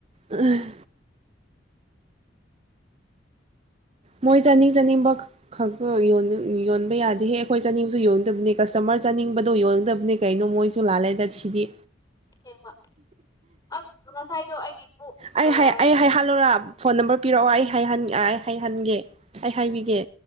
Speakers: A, on the right; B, on the left.
A: ꯑꯍ- ꯃꯣꯏ ꯆꯥꯅꯤꯡ ꯆꯥꯅꯤꯡꯕ ꯈꯛ ꯈꯛꯇ ꯌꯣꯟꯕ ꯌꯣꯟꯕ ꯌꯥꯗꯦꯍꯦ ꯑꯩꯈꯣꯏ ꯆꯥꯅꯤꯡꯕꯁꯨ ꯌꯣꯟꯗꯕꯅꯦ ꯀꯁꯇꯃꯔ ꯆꯥꯅꯤꯡꯕꯗꯣ ꯌꯣꯟꯗꯕꯅꯦ ꯀꯩꯅꯣ ꯃꯣꯏꯁꯨ ꯂꯥꯜꯂꯦꯗ ꯁꯤꯗꯤ
B: ꯊꯦꯡꯕ ꯑꯁ ꯉꯁꯥꯏꯗꯣ ꯑꯩꯒꯤ ꯄꯨꯛ
A: ꯑꯩ ꯍꯥꯏ ꯑꯩ
B: ꯆꯥꯛ
A: ꯍꯥꯏ ꯍꯥꯜꯂꯣꯔꯥ ꯐꯣꯟ ꯅꯝꯕꯔ ꯄꯤꯔꯛꯑꯣ ꯑꯩ ꯍꯥꯏꯍꯟꯒꯦ ꯑꯥꯏ ꯍꯥꯏꯍꯟꯒꯦ ꯑꯩ ꯍꯥꯏꯕꯤꯒꯦ